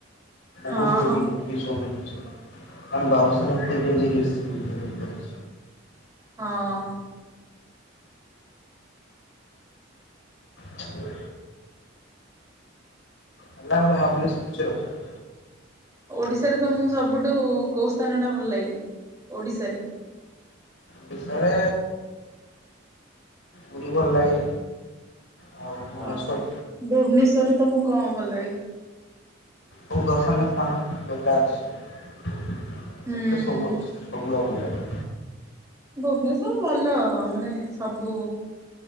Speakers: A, on the right; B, on the left.
A: ହଁ
B: ବହୁତ ହେଭି
A: ହଁ
B: ହେଭି <unintelligible> ବାବୁସାନ। ସ।
A: ହଁ।
B: ହ। ଆଲ୍ଲ ର ବୋଲି ସୂଚଛ ରଖିବା।
A: ଓଡିଶାରେ ତମକୁ ସବୁଠୁ କୋଉ ସ୍ଥାନ ଟା ଭଲ ଲାଗେ ଓଡିଶାରେ
B: ବିଷରେ ପୁରୀ ଭଲ ଲାଗେ। ଆଉ ଭୁବନେଶ୍ଵର
A: ଓ ହୋ ଭୁବନେଶ୍ୱରରେ ତମୁକୁ କଣ ଭଲାଗେ।
B: କୋଉ ଦର୍ଶନୀୟ ସ୍ଥାନ ଦେଖା ଅଛି।
A: ହୁଁ
B: ଏତେ ସବୁ ଅଛି <unintelligible>
A: ଭୁବନେଶ୍ବର ଭଲ ମାନେ ସବୁ